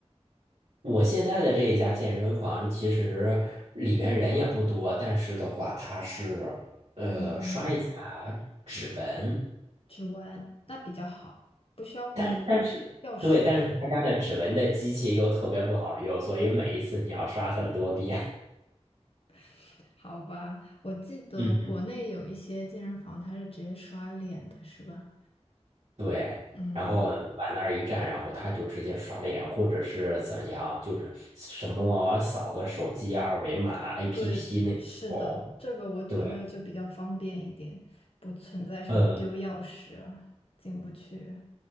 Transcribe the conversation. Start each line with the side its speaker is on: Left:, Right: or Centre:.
Right: 我现在的这一家健身房，其实里边人也不多，但是的话，它是呃刷一下指纹，
Left: 嗯，指纹那比较好，不需要
Right: 但但是对，
Left: 钥匙。
Right: 但是他家的指纹的机器又特别不好用，所以每一次你要刷很多遍。
Left: <laughs> 好吧，我记得国内有一些健身房，
Right: 嗯，
Left: 它是直接刷脸的，是吧？
Right: 对。
Left: 嗯，
Right: 然后你往那儿一站，然后他就直接刷脸，或者是怎样，就是什么扫个手机二维码 APP
Left: 对，
Right: 那种。
Left: 是的，这个我觉得就比较方便一点，
Right: 对。
Left: 不存在什么丢钥匙啊进不去。
Right: 呃